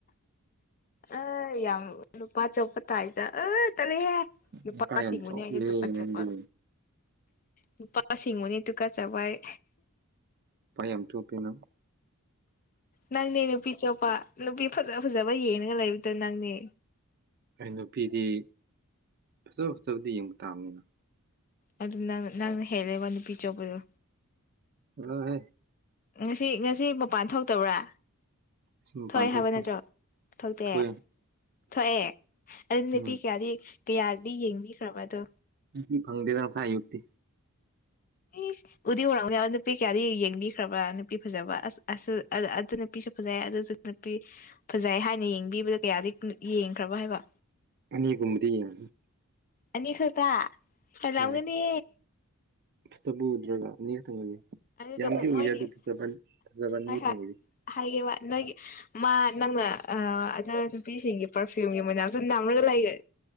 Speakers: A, on the left; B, on the right.
A: ꯑ ꯌꯥꯝ ꯅꯨꯄꯥ ꯆꯣꯞꯄ ꯇꯥꯏꯗ ꯑ ꯇꯜꯂꯤꯍꯦ ꯅꯨꯄꯥꯁꯤꯡꯕꯨꯅꯦ
B: ꯅꯨꯄꯥ ꯌꯥꯝ ꯆꯣꯞꯄꯤꯍꯦ
A: ꯑꯩꯅ ꯇꯨꯒꯠꯆꯕ
B: ꯅꯪꯗꯤ ꯅꯨꯄꯥ
A: ꯅꯨꯄꯥꯁꯤꯡꯕꯨꯅꯦ ꯇꯨꯀꯠꯆꯕ ꯑꯩ
B: ꯅꯨꯄꯥ ꯌꯥꯝ ꯆꯣꯞꯄꯦ ꯅꯪ
A: ꯅꯪꯅꯦ ꯅꯨꯄꯤ ꯆꯣꯞꯄ ꯅꯨꯄꯤ ꯐꯖ ꯐꯖꯕ ꯌꯦꯡꯔꯒ ꯂꯩꯕꯗ ꯅꯪꯅꯦ
B: ꯑꯩ ꯅꯨꯄꯤꯗꯤ ꯐꯖ ꯐꯖꯕꯗꯤ ꯌꯦꯡꯕ ꯇꯥꯕꯅꯤꯅꯦ
A: ꯑꯗꯨ ꯅꯪꯅ ꯅꯪꯅ ꯍꯦꯜꯂꯦꯕ ꯅꯨꯄꯤ ꯆꯣꯞꯄꯗꯣ
B: ꯆꯂꯣꯍꯦ
A: ꯉꯁꯤ ꯉꯁꯤ ꯃꯄꯥꯟ ꯊꯣꯛꯇꯕ꯭ꯔꯥ
B: ꯁꯤ ꯃꯄꯥꯟ
A: ꯊꯣꯛꯑꯦ
B: ꯊꯣꯛꯇꯦ
A: ꯍꯥꯏꯕ ꯅꯠꯇ꯭ꯔꯣ ꯊꯣꯛꯇꯦ
B: ꯊꯣꯛꯑꯦ
A: ꯊꯣꯛꯑꯦ ꯑꯗꯨ ꯅꯨꯄꯤ
B: ꯎꯝ
A: ꯀꯌꯥꯗꯤ ꯀꯌꯥꯗꯤ ꯌꯦꯡꯕꯤꯈ꯭ꯔꯕ ꯑꯗꯣ
B: ꯅꯨꯄꯤ ꯐꯪꯗꯦꯗ ꯉꯁꯥꯏ ꯑꯌꯨꯛꯇꯤ
A: ꯏꯁ ꯎꯗꯤ ꯎꯔꯝꯒꯅꯤ ꯑ ꯅꯨꯄꯤ ꯀꯌꯥꯗꯤ ꯌꯦꯡꯕꯤꯈ꯭ꯔꯕꯥ ꯅꯨꯄꯤ ꯐꯖꯕ ꯑꯁ ꯑꯁꯤꯜ ꯑ ꯑꯗꯨ ꯅꯨꯄꯤꯁꯦ ꯐꯖꯩꯌꯦ ꯑꯗꯨꯁꯨ ꯅꯨꯄꯤ ꯐꯖꯩ ꯍꯥꯏꯅ ꯌꯦꯡꯕꯤꯕꯗ ꯀꯌꯥꯗꯤ ꯌꯦꯡꯈ꯭ꯔꯕ ꯍꯥꯏꯕ
B: ꯑꯅꯤꯒꯨꯝꯕꯗꯤ ꯌꯦꯡꯈ꯭ꯔꯦ
A: ꯑꯅꯤꯈꯛꯇ ꯍꯦꯜꯂꯝꯒꯅꯤ
B: ꯍꯣꯏ ꯐꯖꯕ ꯎꯗ꯭ꯔꯒ ꯑꯅꯤ ꯈꯪꯇꯡꯅꯤ
A: ꯑꯗꯨꯒ
B: ꯌꯥꯝꯗꯤ
A: ꯃꯣꯏꯒꯤ
B: ꯎꯏꯌꯦ ꯑꯗꯨ ꯐꯖꯕ ꯐꯖꯕ ꯑꯅꯤꯗ
A: ꯍꯣꯏ ꯍꯣꯏ
B: ꯎꯏꯌꯦ
A: ꯍꯥꯏꯒꯦꯕ ꯅꯣꯏ ꯃꯥ ꯅꯪꯅ ꯑ ꯑꯗꯨ ꯅꯨꯄꯤꯁꯤꯡꯒꯤ ꯄ꯭ꯔꯐ꯭ꯌꯨꯝꯒꯤ ꯃꯅꯝꯁꯨ ꯅꯝꯔꯒ ꯂꯩꯒ꯭ꯔꯦ